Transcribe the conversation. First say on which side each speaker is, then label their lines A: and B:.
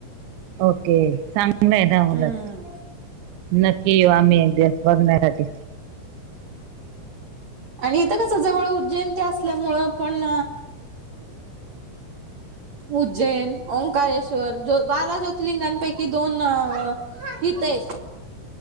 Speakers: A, on the right; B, on the right.
A: ओके. चांग ल आहे ना उलट
B: हम्म
A: नक्की येऊ आम्ही एक दिवस बघण्यासाठी.
B: आणि इथं कस जवळ उज्जैन ते असल्यामुळं पण उज्जैन, ओंकारेश्वर, ज्यो बारा ज्योतिर्लिंगांपैकी दोन इथं आहेत.